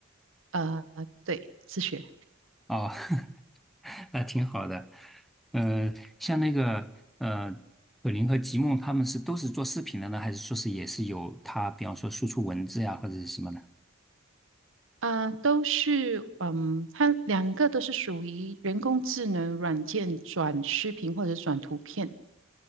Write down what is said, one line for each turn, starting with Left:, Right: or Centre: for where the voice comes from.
Right: 呃，对，自学，
Centre: 哦，<laughs> 那挺好的。呃，像那个呃，可林和吉梦他们是都是做视频的呢，还是说是也是有他，比方说输出文字呀或者是什么的？
Right: 呃，都是，嗯，它两个都是属于人工智能软件转视频或者转图片，